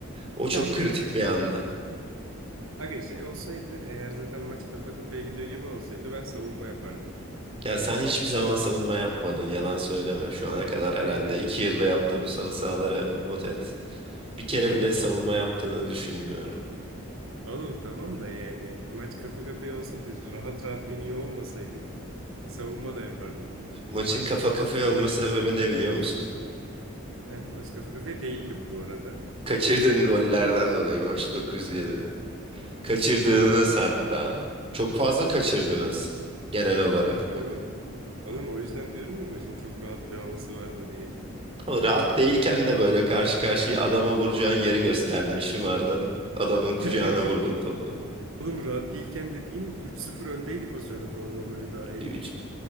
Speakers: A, on the right; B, on the right.
A: O
B: <laughs>
A: çok
B: Kanka
A: kritik bir andı.
B: Aga şey olsaydı eğer zaten maç kafa kafaya gidiyor gibi olsaydı ben savunma yapardım.
A: Ya sen hiçbir zaman savunma yapmadın yalan söyleme. Şu ana kadar
B: Hayır
A: herhalde
B: aga.
A: 2 yılda yaptığımız halı sahaları not et. Bir kere
B: <laughs>
A: bile savunma yaptığını düşünmüyorum.
B: Oğlum tamam da yani maç kafa kafaya olsaydı rahat rahat yeniyor olmasaydık savunma da yapardım.
A: Maçın kafa kafaya olma sebebi ne biliyor musun?
B: Heh, maç kafa kafaya değildi bu arada.
A: Kaçırdığın gollerden dolayı maç 9-7. Kaçırdığınız
B: <laughs>
A: hatta. Çok fazla kaçırdınız genel olarak.
B: Tabii oğlum. Oğlum o yüzden diyorum ya maçın çok rahat bir havası vardı diye.
A: Ama rahat değilken de böyle karşı karşıya adama vuracağın yeri gösterdin şımardın, Adamın kucağına
B: <laughs>
A: vurdun topu.
B: Oğlum rahat değilken dediğin üç sıfır öndeydik o sırada forma golü dahil.
A: 3